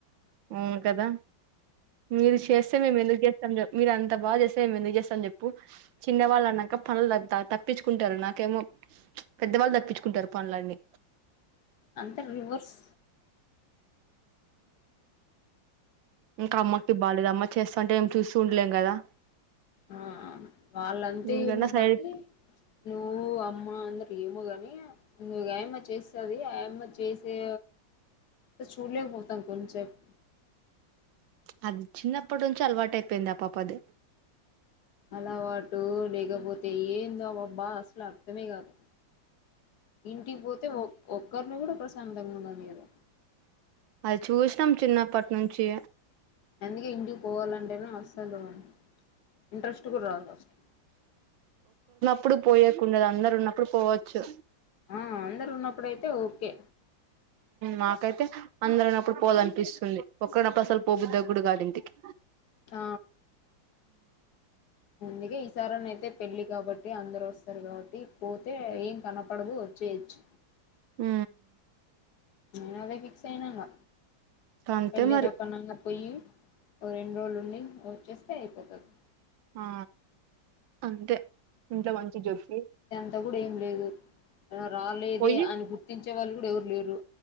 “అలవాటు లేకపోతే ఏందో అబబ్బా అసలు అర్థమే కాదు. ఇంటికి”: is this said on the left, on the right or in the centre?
Left